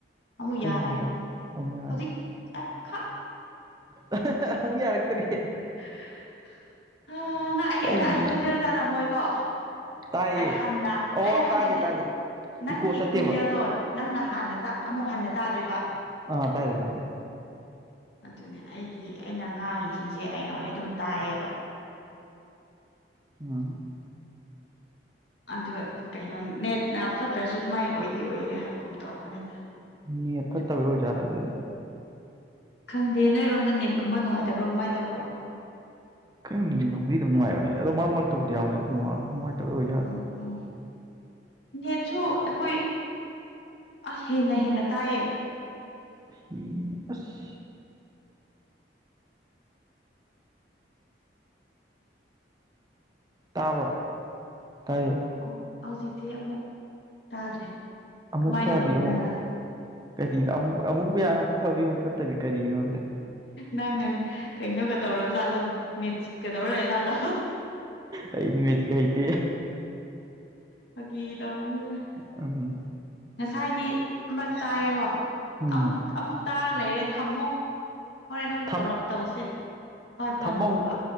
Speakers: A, on the left (about 75°); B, on the right (about 20°).
A: ꯑꯃꯨꯛ
B: ꯀꯩ
A: ꯌꯥꯔꯦ
B: ꯍꯧꯖꯤꯛ ꯑꯃꯨꯛ ꯌꯥꯔꯦ
A: ꯍꯧꯖꯤꯛ ꯑ ꯈ
B: <unintelligible> ꯑꯃꯨꯛ ꯌꯥꯔꯛꯇꯔꯤ <unintelligible>
A: <unintelligible> ꯍ ꯅꯪ ꯑꯩꯒꯤ
B: ꯀꯔꯤ
A: ꯑꯩꯒꯤ ꯈꯣꯟꯖꯦꯜ ꯇꯥꯔꯝꯃꯣꯏꯀꯣ
B: ꯇꯥꯏꯌꯦ
A: ꯑꯩ ꯍꯟꯅ
B: ꯑꯣ
A: ꯑꯩꯅ ꯍꯥꯏꯅ
B: ꯇꯥꯗꯦ
A: ꯍꯥꯏꯕꯗꯤ
B: ꯇꯥꯗꯦ
A: ꯅꯪꯒꯤ
B: ꯏꯀꯣ ꯆꯠꯇꯦꯕ
A: ꯈꯣꯟꯖꯦꯜꯗꯣ ꯅꯪꯅ ꯍꯥꯟꯅ ꯇꯥ ꯑꯃꯨꯛ ꯍꯟꯅ ꯇꯥꯗꯦꯕ
B: ꯑ ꯇꯗꯦ ꯇꯗꯦ
A: ꯑꯗꯨꯅꯦ ꯑꯩꯗꯤ ꯑꯩꯅ ꯉꯥꯡꯉꯤꯁꯤꯡꯁꯦ ꯑꯩꯅ ꯑꯣꯢ ꯑꯗꯨꯝ ꯇꯥꯏꯌꯦꯕ
B: <unintelligible>
A: ꯑꯗꯨ ꯀꯩꯅꯣ ꯅꯦꯠꯅ ꯐꯠꯇ꯭ꯔꯁꯨ ꯑꯗꯨꯃꯥꯏ ꯑꯣꯏꯗꯤ ꯑꯣꯏꯌꯦ ꯍꯥꯏꯒꯨꯝ ꯇꯧꯕꯅꯤꯗ
B: ꯅꯦꯠ ꯐꯠꯇꯕꯩ ꯑꯣꯏꯖꯥꯠꯂ ꯑꯗꯨꯗꯤ
A: ꯈꯪꯗꯦ ꯅꯣꯏꯔꯣꯝꯗ ꯅꯦꯠꯀꯨꯝꯕ ꯅꯨꯡꯉꯥꯏꯇꯕ꯭ꯔꯣ ꯀꯃꯥꯏ ꯇꯧꯕ꯭ꯔꯣ
B: ꯈꯪꯗꯦ ꯅꯨꯡꯗꯤ ꯑꯗꯨꯝ ꯅꯨꯡꯉꯥꯏꯕꯅꯤ ꯑꯗꯣ ꯃꯔꯛ ꯃꯔꯛꯇꯕꯨꯗꯤ ꯌꯥꯎꯅꯦ ꯅꯨꯡꯉꯥꯢ ꯅꯨꯡꯉꯥꯢꯇꯕꯩ ꯑꯣꯏꯖꯥꯠꯂꯥ
A: ꯑꯣ ꯅꯦꯠꯁꯨ ꯑꯩꯈꯣꯏ ꯑꯁ ꯍꯦꯟꯅ ꯍꯦꯟꯅ ꯇꯥꯏꯌꯦ
B: ꯐꯤꯅ ꯑꯁ ꯇꯥꯕ꯭ꯔꯣ ꯇꯥꯏꯌꯦ
A: ꯑꯃꯨꯛ ꯍꯧꯖꯤꯛꯇꯤ ꯑꯃꯨꯛ ꯇꯥꯗ꯭ꯔꯦ
B: ꯑꯃꯨꯛ
A: ꯀꯃꯥꯏꯅ
B: ꯐꯕꯤ
A: ꯇꯧꯔꯕꯅꯣ
B: ꯑꯃꯨꯛ
A: ꯅꯪ
B: ꯀꯔꯤꯗ ꯑꯃꯨꯛ ꯑꯃꯨꯛ ꯌꯥ ꯑꯃꯨꯛ ꯐꯕꯤ ꯑꯃꯨꯛ ꯐꯠꯇꯕꯤ ꯀꯔꯤꯒꯤꯅꯣ ꯗꯦ
A: ꯅꯪꯅ ꯀꯩꯅꯣꯒ ꯇꯧꯔꯕꯖꯥꯠꯂꯣ ꯃꯦꯖꯤꯛꯀ ꯇꯧꯔꯂꯩꯖꯥꯠꯂꯣ
B: ꯑꯩꯗꯤ ꯃꯦꯖꯤꯛ ꯍꯩꯇꯦ
A: ꯐꯥꯒꯤ ꯇꯧꯕꯅꯤꯗ
B: ꯑꯨꯡ
A: ꯉꯁꯥꯏꯗꯤ ꯑꯃꯔꯛ ꯇꯥꯏꯌꯦꯒꯣ
B: ꯎꯝ
A: ꯑꯃꯨꯛ ꯑꯃꯨꯛ ꯇꯥꯔ ꯂꯩꯔꯦ ꯊꯝꯃꯣ ꯍꯣꯔꯦꯟ ꯑꯃꯨꯛ
B: ꯊꯝ
A: ꯇꯧꯔꯛ ꯇꯧꯁꯦ ꯍꯣꯏ ꯐꯣꯟ
B: ꯊꯝꯃ
A: ꯊꯝꯃꯣꯕ
B: ꯑꯃꯨꯛ